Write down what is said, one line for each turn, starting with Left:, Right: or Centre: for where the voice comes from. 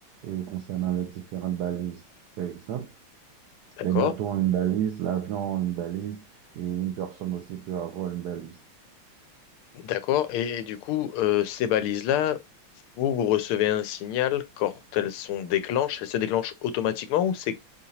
Right: euh, concernant les différentes balises, par exemple.
Left: d'accord,
Right: Les bateaux ont une balise, l'avion a une balise et une personne aussi peut avoir une balise.
Left: d'accord. Et, et du coup, euh, ces balises-là, vous, vous recevez un signal quand elles sont déclenchées, elles se déclenchent automatiquement ou c'est,